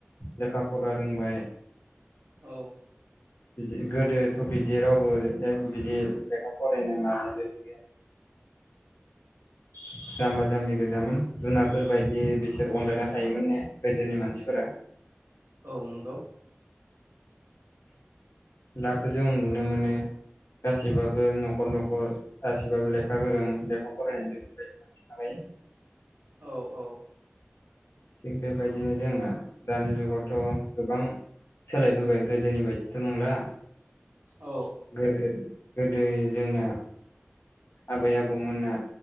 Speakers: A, on the left; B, on the right.
A: लेखा फरा रोंबाय
B: औ।
A: बिदि गोदोथ' बिदि रावबो बिदि लेखा फरायनो मानायबो गैया <inaudible> जाम्बा जाम्बि गोजामोन जुनारफोर बायदि बिसोर अनलायना थायोमोन ने गोदोनि मानसिफोरा।
B: औ नंगौ।
A: दाथ' जों नुनो मोनो। गासैबाबो न'खर न'खर सानसेब्लाबो लेखा गोरों लेखा फरायनाय बेफोरबायदि बाय
B: औ औ औ।
A: थिग बेबायदिनो जोंना दानि जुगावथ गोबां सोलायबोबाय गोदोनि बायदिथ' नंला।
B: औ
A: गोदो गोदो जोंना आबै आबौमोनना